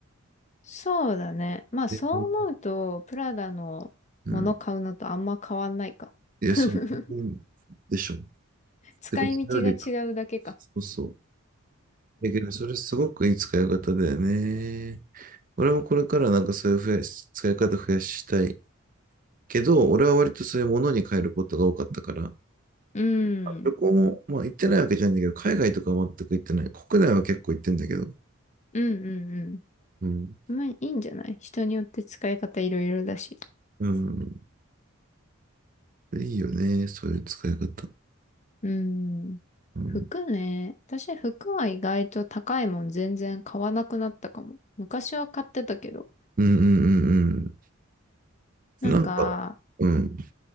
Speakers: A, on the left; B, on the right.
A: そうだね。まあそう思うと、
B: え
A: プラダのもの買うのとあんま変わんないか。
B: うん。え、
A: <laughs>
B: そう、でしょ。
A: 使い道が違うだけか。
B: てか、それよりそうそう。だけど、それすごくいい使い方だよね。俺もこれからなんかそういう増やし、使い方増やしたい。けど、俺は割とそういうものに変えることが多かったから、
A: うん。うん
B: 旅行も、まあ行ってないわけじゃないんだけど、海外とかは全く行ってない。国内は結構行ってんだけど。
A: うん
B: うん。
A: うん。まあいいんじゃない人によって使い方いろいろだし。
B: うん。いいよね、そういう使い方。
A: うん。
B: うん。
A: 服ね。私、服は意外と高いもん全然買わなくなったかも。昔は買ってたけど。
B: うんうんうん
A: なんか、
B: うん。なんか、うん。